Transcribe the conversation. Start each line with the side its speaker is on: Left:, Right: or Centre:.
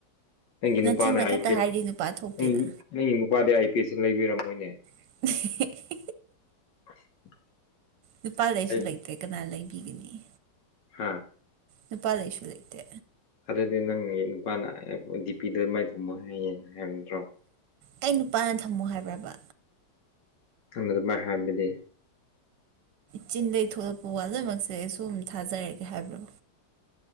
Left: ꯅꯪꯒꯤ ꯅꯨꯄꯥꯅ
Right: ꯅꯆꯤꯟꯅ
Left: ꯑꯥꯏ
Right: ꯈꯛꯇ
Left: ꯄꯦꯠ
Right: ꯍꯥꯏꯔꯗꯤ ꯅꯨꯄꯥ ꯊꯣꯛꯇꯦꯅ
Left: ꯅ ꯅꯪꯒꯤ ꯅꯨꯄꯥꯗꯤ ꯑꯥꯏ ꯄꯦꯠꯁꯨ ꯂꯩꯕꯤꯔꯝꯃꯣꯏꯅꯦ
Right: <unintelligible>
Left: <inaudible>
Right: ꯅꯨꯄꯥ ꯂꯩꯁꯨ
Left: ꯑꯩ
Right: ꯂꯩꯇꯦ ꯀꯅꯥꯅ ꯂꯩꯕꯤꯒꯅꯤ
Left: ꯍꯥ
Right: ꯅꯨꯄꯥ ꯂꯩꯁꯨ ꯂꯩꯇꯦ
Left: ꯑꯗꯨꯗꯤ ꯅꯪꯒꯤ ꯅꯨꯄꯥꯅ ꯗꯤ ꯄꯤꯗꯣ ꯑꯗꯨꯃꯥꯏꯅ ꯊꯝꯃꯣ ꯍꯥꯏꯌꯦꯅ ꯍꯥꯏꯕ ꯅꯠꯇ꯭ꯔꯣ
Right: ꯑꯩ ꯅꯨꯄꯥꯅ ꯊꯝꯃꯣ ꯍꯥꯏꯕ꯭ꯔꯕ
Left: ꯅꯪꯅ ꯑꯗꯨꯃꯥꯢ ꯍꯥꯏꯗꯨꯗꯤ
Right: ꯆꯤꯟꯗꯩ ꯊꯣꯛꯂꯛꯄ ꯋꯥ ꯂꯣꯢꯃꯛꯁꯦ ꯁꯨꯝ ꯊꯥꯖꯔꯒꯦ ꯍꯥꯏꯕ꯭ꯔꯣ